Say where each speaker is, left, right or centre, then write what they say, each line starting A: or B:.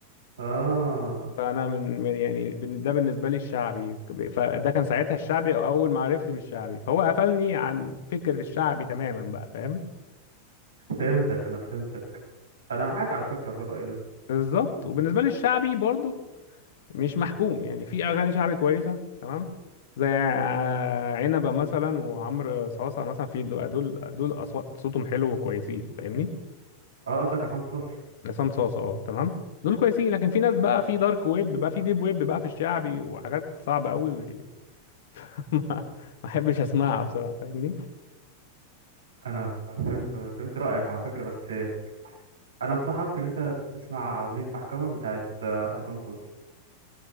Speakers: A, on the right; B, on the left.
A: آه
B: فأنا من, من يعني بن- ده بالنسبة لي الشعبي فده كان ساعتها الشعبي أو أول ما عرفت بالشعبي فهو قفلني عن فكر الشعبي تماما بقى فاهم
A: فهمتك انا فهمتك انا معاك على فكره في الراي ده
B: بالظبط وبالنسبه للشعبي برضو مش محكوم يعني في اغاني شعبي كويسه تمام زي عنبه مثلا وعمرو صاصه مثلا في دول دول دول اصوات صوتهم حلو وكويسين فاهمني
A: اه قصدك عصام صاصا
B: عصام صاصه اه تمام دول كويسين لكن في ناس بقى في دارك ويب بقى في ديب ويب بقى في الشعبي وحاجات صعبه قوي <laughs> ما احبش اسمعها بصراحه فاهمني
A: انا فهمت فهمت رايك على فكره بس انا انصحك ان انت تسمع اغنيه محكمه بتاعت آه، عصام صاصا